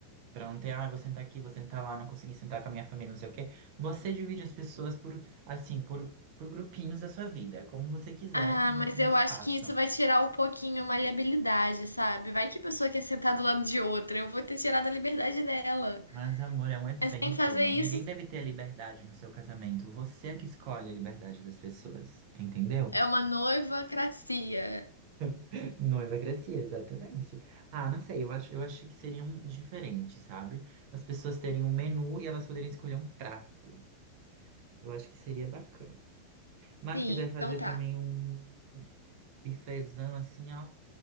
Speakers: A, on the right; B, on the left.
A: Pra não ter, ah, eu vou sentar aqui, vou sentar lá, não consegui sentar com a minha família, não sei o quê. Você divide as pessoas por, assim, por, por grupinhos da sua vida, como você quiser,
B: Ah,
A: no,
B: mas
A: no
B: eu
A: espaço.
B: acho que isso vai tirar um pouquinho a maleabilidade, sabe? Vai que a pessoa quer sentar do lado de outra, eu vou ter tirado a liberdade dela.
A: Mas, amor, é um evento.
B: Mas sem fazer isso,
A: Ninguém deve ter a liberdade no seu casamento. Você é que escolhe a liberdade das pessoas, entendeu?
B: é uma noivacracia.
A: <laughs> Noiva crescia, exatamente. Ah, não sei, eu acho, eu acho que seria um diferente, sabe? As pessoas terem um menu e elas poderem escolher um prato. Eu acho que seria bacana. Mas
B: Sim,
A: quiser fazer
B: então tá.
A: também um um bifezão assim, ó,